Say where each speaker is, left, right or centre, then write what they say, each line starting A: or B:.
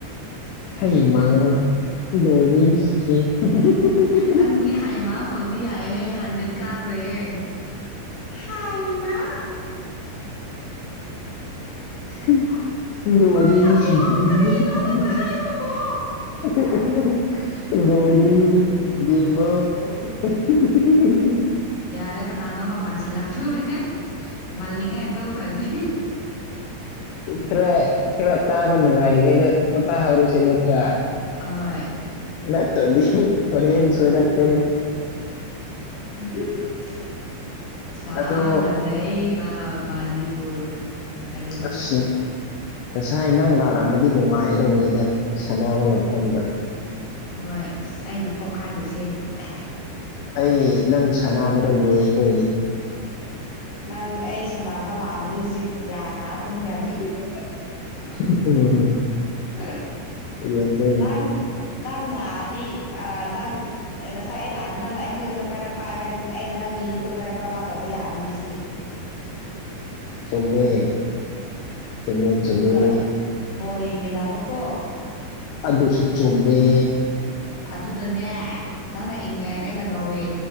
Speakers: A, on the left; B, on the left.
A: ꯍꯩꯃꯥ ꯂꯣꯢꯔꯦꯅꯦꯁꯦ <unintelligible>
B: ꯅꯪꯒꯤ ꯍꯥꯢꯃ ꯐꯧꯗꯤ ꯌꯥꯢꯌꯦ ꯍꯟ ꯗꯦꯗ ꯀꯥꯒ꯭ꯔꯦꯍꯦ ꯍꯥꯢꯃꯥ
A: ꯍꯨꯝ ꯂꯣꯢꯔꯦ
B: ꯄꯣꯏ ꯇꯝꯃꯣ
A: ꯃꯤ
B: ꯀꯔꯤꯅꯣ
A: <unintelligible>
B: ꯅꯪꯅ ꯍꯥꯏꯕꯕꯣ
A: <unintelligible> ꯂꯣꯏꯔꯦꯅꯦ
B: ꯍꯨꯝ
A: ꯕꯦꯝꯃꯧ <unintelligible>
B: ꯌꯥꯔꯦ ꯀꯅꯥꯅꯣꯃ ꯃꯥꯟꯁꯤꯜꯂꯛꯇꯣꯔꯦ <unintelligible> ꯃꯥꯜꯂꯤꯉꯥꯢ ꯇꯣꯛꯈ꯭ꯔꯖꯦ
A: ꯈꯔ ꯈꯔ ꯇꯥꯕ ꯅꯨꯡꯉꯥꯢꯔꯤꯉꯩꯗ ꯐꯄꯥ ꯍꯧꯔꯁꯤ ꯅꯠꯇ꯭ꯔꯥꯥ
B: ꯑꯍꯣꯏ
A: ꯅ ꯇ ꯗꯤ ꯍꯣꯔꯦꯟ ꯁꯣꯏꯔꯛ ꯀꯅꯤ
B: <unintelligible> ꯁꯥꯅ
A: ꯑꯗꯣ
B: ꯂꯩ ꯕꯥꯛ ꯃꯅꯤꯄꯨꯔ ꯀꯔꯤꯅꯣ
A: ꯑꯁ ꯉꯁꯥꯏ ꯅꯪ ꯂꯥꯔꯝꯃꯗꯤ ꯅꯨꯡꯉꯥꯏꯗꯧꯅꯤꯗ ꯁꯥꯟꯅꯕ ꯃꯐꯝꯗ
B: ꯍꯣꯏ ꯑꯁ ꯑꯩꯅ ꯀꯧꯈꯥꯏꯗꯣꯏꯁꯦ ꯁꯥ
A: ꯑꯩ ꯅꯪ ꯁꯅꯥꯕꯗꯣ ꯌꯦꯡꯗꯣꯏꯅꯤ
B: ꯅꯪ ꯑꯩ ꯁꯥꯟꯅꯕ ꯂꯥꯛꯑꯝꯃꯗꯤ ꯍꯨꯖꯤꯛ ꯌꯥ ꯀꯥ ꯇꯨꯝꯈ꯭ꯔꯅꯤ <unintelligible>
A: <unintelligible>
B: <unintelligible>
A: ꯌꯦꯡꯗꯣꯏꯅꯤ
B: ꯅꯪ ꯅꯪ ꯂꯥꯛꯑꯗꯤ ꯑꯥ ꯅꯪ ꯑꯩ ꯉꯁꯥꯏ ꯑꯩ ꯂꯥꯛꯑꯗꯤ ꯅꯪꯅ ꯑꯩꯈꯣꯏ ꯌꯨꯝꯗ ꯀꯣꯏꯔꯛꯄ ꯑꯦꯝꯃꯅ ꯑꯩꯅ ꯅꯪꯒꯤ ꯌꯨꯝꯗ ꯀꯣꯏꯔꯛꯄ ꯑꯃ ꯇꯧꯕ ꯌꯥꯕꯅꯦ ꯉꯁꯤ
A: ꯆꯨꯝꯃꯦ ꯆꯨꯝꯃꯦ ꯆꯨꯝꯃꯦ
B: ꯑꯗꯨꯒ ꯕꯣꯜ ꯌꯦꯡ ꯃꯤꯟꯅꯥꯕꯀꯣ
A: ꯑꯗꯨꯁꯨ ꯆꯨꯝꯃꯦ
B: ꯑꯗꯨꯗꯅꯦ ꯅꯪꯅ ꯏꯪꯂꯦꯟ ꯑꯩꯅ ꯅꯣꯔꯋꯦ